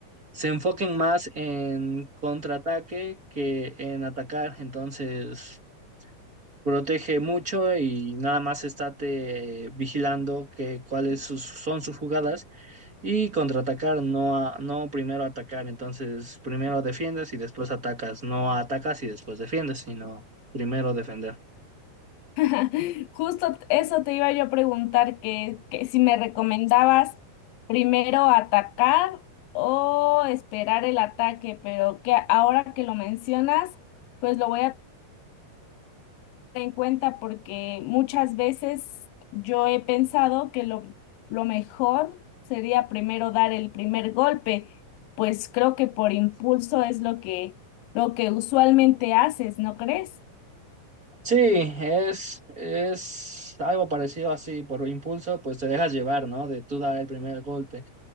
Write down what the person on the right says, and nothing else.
se enfoquen más en contraataque que en atacar. Entonces, protege mucho y nada más estate vigilando que cuáles sus- son sus jugadas y contraatacar, no, a- no primero atacar, entonces primero defiendes y después atacas, no atacas y después defiendes, sino primero defender.
Sí, es, es algo parecido así, por impulso, pues te dejas llevar, ¿no? De tú dar el primer golpe.